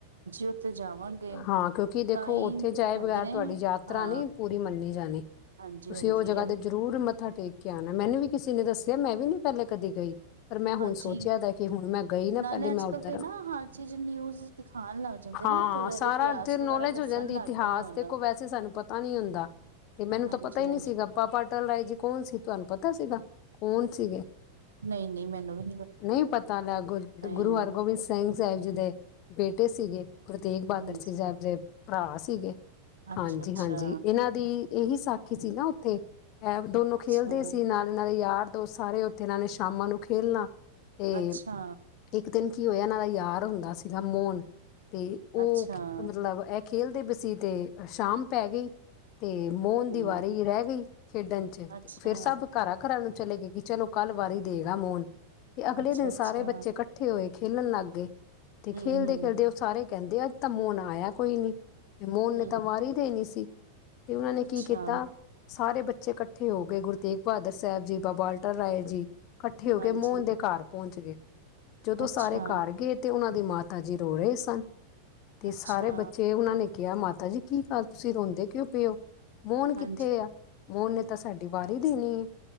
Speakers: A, on the right; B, on the left.
A: ਉੱਥੇ ਜਾਵਾਂਗੇ
B: ਹਾਂ ਕਿਉਂਕਿ ਦੇਖੋ
A: ਤਾਂ ਈ
B: ਉੱਥੇ ਜਾਏ
A: ਕਹਿੰਦੇ
B: ਬਗੈਰ
A: ਨੇ
B: ਤੁਹਾਡੀ ਯਾਤਰਾ
A: ਹਾਂ
B: ਨੀ ਪੂਰੀ ਮੰਨੀ ਜਾਣੀ
A: ਹਾਂਜੀ-ਹਾਂਜੀ
B: ਤੁਸੀਂ ਉਹ ਜਗ੍ਹਾ
A: ਹਾਂਜੀ
B: ਤੇ ਜ਼ਰੂਰ ਮੱਥਾ ਟੇਕ ਕਿਆ ਨਾ ਮੈਨੂੰ ਵੀ ਕਿਸੇ ਨੇ ਦੱਸਿਆ ਮੈਂ ਵੀ ਨਹੀ ਪਹਿਲੇ ਕਦੇ ਗਈ ਪਰ ਮੈਂ ਹੁਣ
A: ਹਾਂਜੀ
B: ਸੋਚ ਹੁਣ ਮੈਂ ਗਈ ਨਾ
A: ਨਾਲੇ
B: ਪਹਿਲੇ ਮੈਂ
A: ਅੱਜ-ਕੱਲ
B: ਉੱਧਰ
A: ਤੇ
B: ਹ
A: ਨਾ ਹਰ ਚੀਜ਼ ਨਿਊਜ਼ ਦਿਖਾਣ ਲੱਗ ਜਾਂਦੇ
B: ਹਾਂ
A: ਨਾ ਥੋੜਾ
B: ਸਾਰਾ
A: ਇਤਿਹਾਸ
B: ਤੇਰ ਨੌਲੇਜ
A: ਵਗੈਰਾ ਦੱਸਣ
B: ਹੋ ਜਾਂਦੀ
A: ਲੱਗ
B: ਇਤਿਹਾਸ
A: ਗਏ ਨੇ ਹੁਣ
B: ਦੇਖੋ ਵੈਸੇ ਸਾਨੂੰ ਪਤਾ ਨੀ ਹੁੰਦਾ ਤੇ
A: ਹਾਂਜੀ-ਹਾਂਜੀ-ਹਾਂਜੀ
B: ਮੈਨੂੰ ਤਾਂ ਪਤਾ ਹੀ ਨੀ ਸੀਗਾ ਪਾਪਾ ਪਤਲ ਰਾਏ ਜੀ ਕੌਣ ਸੀ ਤੁਹਾਨੂੰ ਪਤਾ ਸੀਗਾ ਕੌਣ ਸੀਗੇ
A: ਨਹੀਂ ਨਹੀਂ ਮੈਨੂੰ ਵੀ
B: ਨਹੀਂ ਪਤਾ ਲੱਗ ਗ
A: ਨਹੀਂ
B: ਗੁਰੂ ਹਰਗੋਬਿੰਦ ਸਿੰਘ ਸਾਹਿਬ ਜੀ ਦੇ ਬੇਟੇ ਸੀਗੇ। ਗੁਰੂ ਤੇਗ ਬਹਾਦਰ
A: ਹਾਂਜੀ
B: ਸਿੰਘ ਸਾਹਿਬ ਦੇ ਭਰਾ ਸੀਗੇ
A: ਅੱਛਾ
B: ਹਾਂਜੀ ਹਾਂਜੀ ਇਹਨਾਂ ਦੀ ਇਹੀ ਸਾਖੀ ਸੀ ਨਾ ਉੱਥੇ ਦੋਨੋ
A: ਅੱਛਾ
B: ਖੇਲਦੇ ਸੀ ਨਾਲ ਇਹਨਾਂ ਦੇ ਯਾਰ ਸਾਰੇ ਉੱਥੇ ਇਹ ਨੇ ਸ਼ਾਮਾਂ ਨੂੰ ਖੇਲਣਾ ਤੇ
A: ਅੱਛਾ।
B: ਇੱਕ ਦਿਨ ਕੀ ਹੋਇਆ ਇਹਨਾਂ ਦਾ ਯਾਰ ਹੁੰਦਾ ਸੀਗਾ ਮੋਹਨ ਤੇ ਉਹ
A: ਅੱਛਾ ਅੱਛਾ
B: ਮਤਲਬ ਇਹ ਖੇਲ ਦੇ ਸੀ ਤੇ ਸ਼ਾਮ ਪੈ ਗਈ। ਅਤੇ ਮੋਹਨ
A: ਹੂੰ
B: ਦੀ ਵਾਰੀ ਰਹਿ ਗਈ। ਖੇਡਣ ਚ
A: ਅੱਛਾ
B: ਤੇ ਫੇਿਰ ਸਭ ਘਰਾਂ ਘਰਾਂ ਨੂੰ ਚਲੇ ਗਏ ਕਿ ਚਲੋ ਕੱਲ੍ਹ ਵਾਰੀ ਦੇਗਾ ਮੋਹਨ ਤੇ ਅਗਲੇ
A: ਅੱਛਾ
B: ਦਿਨ
A: ਅੱਛਾ
B: ਸਾਰੇ ਬੱਚੇ ਇਕੱਠੇ ਹੋਏ। ਖੇਲਣ ਲੱਗ ਗਏ। ਤੇ
A: ਹੂੰ
B: ਖੇਲਦੇ
A: ਹੂੰ
B: ਖੇਲਦੇ ਉਹ ਸਾਰੇ ਕਹਿੰਦੇ ਆ ਤਾਂ ਮੋਨ ਆਇਆ ਕੋਈ ਨੀ ਤੇ ਮੋਹਨ
A: ਹੂੰ
B: ਨੇ ਤਾਂ ਵਾਰੀ ਦੇਣੀ ਸੀ। ਤੇ ਉਹਨਾਂ ਨੇ
A: ਅੱਛਾ
B: ਕੀ ਕੀਤਾ ਸਾਰੇ ਬੱਚੇ ਇਕੱਠੇ ਹੋ ਗਏ ਗੁਰੂ ਤੇਗ ਬਹਾਦਰ ਸਾਹਿਬ ਜੀ, ਬਾਬਾ ਅਟੱਲ ਰਾਏ ਜੀ। ਇਕੱਠੇ ਹੋ
A: ਹਾਂਜੀ
B: ਕੇ ਮੂੰਹ ਘ ਪਹੁੰਚ ਗਏ, ਜਦੋਂ
A: ਅੱਛਾ
B: ਸਾਰੇ ਘਰ ਗਏ ਤੇ ਉਹਨਾਂ ਦੀ ਮਾਤਾ ਜੀ ਰੋ ਰਹੇ ਸਨ। ਤੇ
A: ਅੱਛਾ
B: ਸਾਰੇ ਬੱਚੇ ਉਹਨਾਂ ਨੇ ਕਿਹਾ ਮਾਤਾ ਤਾ ਜੀ ਕੀ ਕਰ ਤੁਸੀਂ ਰੋਂਦੇ ਕਿਉਂ ਪਏ ਓ? ਮੋਹਨ ਕਿੱਥੇ
A: ਹਾਂਜੀ
B: ਆ? ਮੋਹਨ ਨੇ ਤਾਂ ਸਾਡੀ ਵਾਰੀ ਦੇਣੀ ਏ।